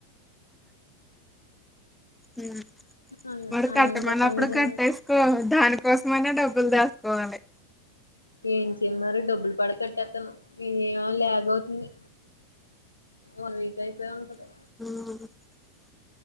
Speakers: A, in the centre; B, on the left.
A: హ్మ్
B: అలా
A: మరి
B: అలాంటి
A: కట్టమన్నప్పుడు
B: వాళ్ళు నిజంగా
A: కట్టేసుకో దానికోసమ అయన డబ్బు బ్బులు దాసుకోవాలి
B: ఏం చేయను మరి డబ్బులు పాడి కట్టేతాను ఇయి ఏమో ల్యాగవుతుంది వన్ వీక్ అయిపోయి ఉంటది
A: హ్మ్